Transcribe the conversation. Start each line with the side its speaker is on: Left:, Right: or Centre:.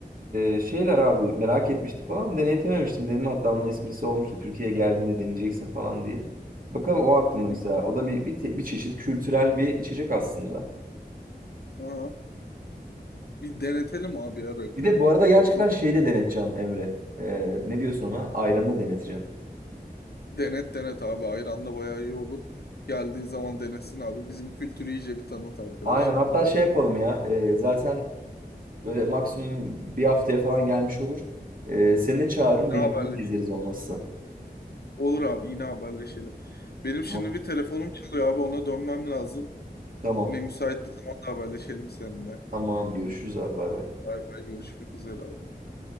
Right: E, şeyler abi merak etmişti falan. Deneytememiştim dedim. Hatta onun esprisi olmuştu. Türkiye'ye geldiğinde deneyeceksin falan diye. Bakalım o aklımda
Left: Hı hı.
Right: mesela. O da bir, bir, te- bir çeşit kültürel bir içecek aslında.
Left: Aha. Bir denetelim abi ya rakı.
Right: Bir de bu arada gerçekten
Left: Do-
Right: şeyde deneteceğim Emre. E, ne diyorsun ona? Ayranı da deneteceğim.
Left: Denet denet abi. Ayran da bayağı iyi olur. Geldiği zaman denesin abi. Bizim kültürü iyice bir tanıt arkadaşı.
Right: Aynen. Hatta şey yapalım ya. e, zaten böyle maksimum bir haftaya falan gelmiş olur. E, seni de çağırırım.
Left: Ne
Right: Birlikte
Left: haberle?
Right: gezeriz olmazsa.
Left: Olur abi yine haberleşelim. Benim şimdi
Right: Tamam.
Left: bir telefonum çalıyor abi ona dönmem lazım.
Right: Tamam.
Left: Yine müsait bir zamanda haberleşelim seninle.
Right: Tamam. Görüşürüz abi. Bay bay.
Left: Bay bay görüşmek üzere abi.